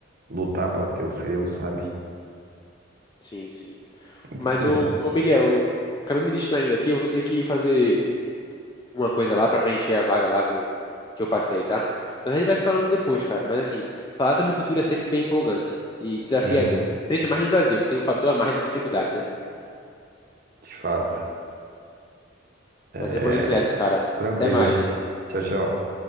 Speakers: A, on the right; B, on the left.
A: lutar pra ter o seu, sabe?
B: Sim, sim.
A: Enfim,
B: Mas o, ô ô, Miguel, eu acabei me distraindo aqui, eu vou ter que fazer uma coisa lá pra preencher a vaga lá do que eu passei, tá? Mas a gente vai se falando depois, cara. Mas assim, falar sobre o futuro é sempre bem empolgante e desafiador,
A: sim,
B: principalmente no Brasil, que tem um fator a mais de dificuldade, né?
A: de fato. É,
B: Mas eu vou indo nessa, cara.
A: tranquilo.
B: Até mais.
A: Tchau, tchau.